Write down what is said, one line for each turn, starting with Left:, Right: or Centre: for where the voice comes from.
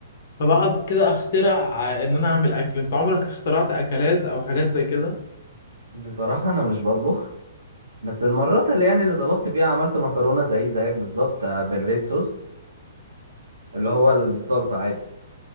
Left: فبقعد كده اخترع آه، ان انا اعمل اكل انت عمرك اخترعت اكلات او حاجات زي كده
Right: بصراحة انا مش بطبخ بس المرات اللي يعني اللي طبخت فيها عملت مكرونة زي زيك بالظبط آه، بالريد صوص اللي هو ال- بالصلصة عادي